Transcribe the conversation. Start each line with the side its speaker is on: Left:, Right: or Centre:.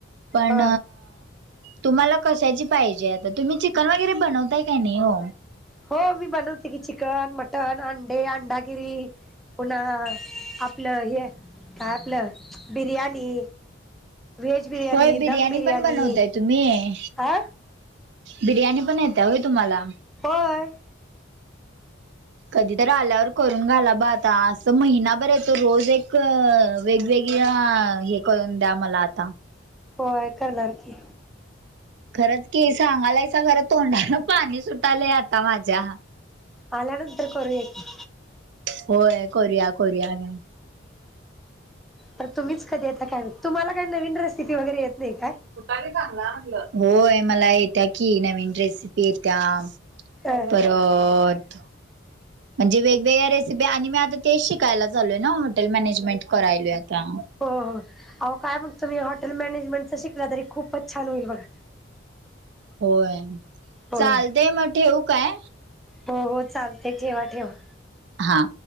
Right: पण
Centre: ह
Right: तुम्हाला कशाची पाहिजे आता? तुम्ही चिकन वगैरे बनवताय काय नाही ओ?
Centre: हो मी बनवते की चिकन, मटण, अंडे, अंडागिरी पुन्हा आपलं हे काय आपलं बिर्याणी. व्हेज बिर्याणी,
Right: होय
Centre: दम बिर्याणी
Right: पण बनवताय तुम्ही
Centre: अ
Right: बिर्याणी पण येत्या होय तुम्हाला?
Centre: होय.
Right: कधी तरी आल्यावर करून घाला बा आता अस महिनाभर येतो रोज एक क वेगवेगळया हे करून द्या मला आता.
Centre: होय करणार की.
Right: खरंच की सांगालायसा खरं तोंडाला पाणी सुटालंय आता माझ्या.
Centre: आल्यानंतर करूया की.
Right: होय करुया करुया घ्या.
Centre: पण तुम्हीच कधी येता काय माहित. तुम्हाला काही नवीन रेसिपी वगैरे येत नाही काय?
Right: कुठ आहे सांगा म्हटलं? होय मला येत्या कि नवीन रेसिपी येत्या.
Centre: अ
Right: परत म्हणजे वेगवेगळ्या रेसिपी आणि मी आता तेच शिकायला चाललोय ना हॉटेल मॅनेजमेंट करायलोय. आता
Centre: हो हो. अहो काय मग तुम्ही हॉटेल मॅनेजमेंट च शिकला तरी खूपच छान होईल बघा.
Right: होय.
Centre: होय
Right: चालतेय मग ठेवू काय?
Centre: हो हो चालते ठेवा ठेवा
Right: हा.